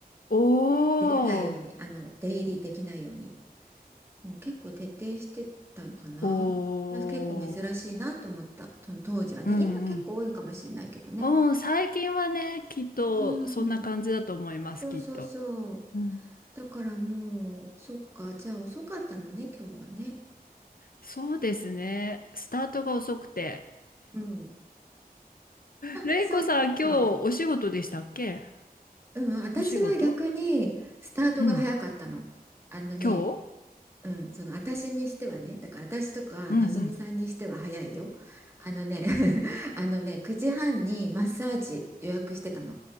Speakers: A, on the left; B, on the right.
A: おお、
B: 出れないように、あの、出入りできないように。もう結構徹底してたのかな。
A: おお、
B: だから結構珍しいなと思った。その当時はね。
A: うんうん。
B: 今結構多いかもしれないけどね。
A: うん、最近はね、きっとそんな感じだと思います、
B: うん。そうそうそう。
A: きっと。うん、
B: だからもう、そっか。じゃあ遅かったのね、今日はね。
A: そうですね。スタートが遅くて。
B: うん。
A: れいこさん、
B: そっか。
A: 今日お仕事でしたっけ
B: うん。私は逆にスタートが早かったの。
A: お仕事うん。
B: あのね、
A: 今日
B: うん、その私にしてはね、だから私とかのぞみさんにしては早いよ。
A: うんうん。
B: あのね、<laughs> あのね、9時半にマッサージ予約してたの。